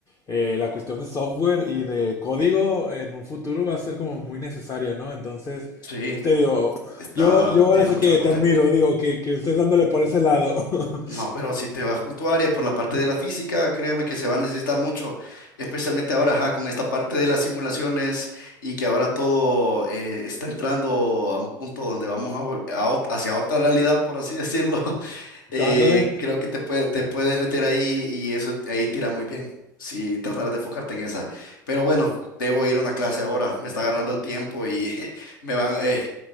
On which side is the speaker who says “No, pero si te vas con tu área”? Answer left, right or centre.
Left